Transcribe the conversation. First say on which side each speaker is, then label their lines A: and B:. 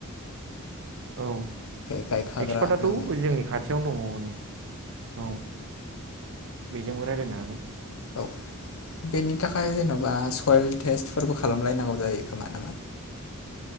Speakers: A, on the right; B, on the left.
A: औ
B: बे गायखाग्रा
A: एक्सपार्टआथ'
B: माने
A: जोंनि खाथियावनो दंङो हनै औ बेजोंबो रायलायनो हागोन।
B: औ बेनि थाखाय जेनेबा सयल टेस्टफोरबो खालामलायनांगौ जायो खोमा नामा?